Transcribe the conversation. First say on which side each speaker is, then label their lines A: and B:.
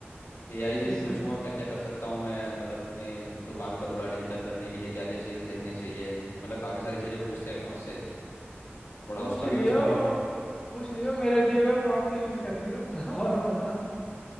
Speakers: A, on the left (about 70°); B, on the left (about 15°).
A: एआई से
B: इससे
A: भी पूछूंगा क्या क्या कर सकता हूँ मैं मतलब अपने दुकान को थोड़ा डिजिटल करने के लिए क्या क्या चीज़ देखने चाहिए मतलब काफ़ी सारी चीज़ें पूछते हैं ना उससे थोड़ा
B: पूछ
A: उसका
B: लियो
A: भी यूज़ कर लूंगा
B: पूछ लियो मेरे दिए हुए प्रॉम्प्ट यूज कर लियो <laughs> और बता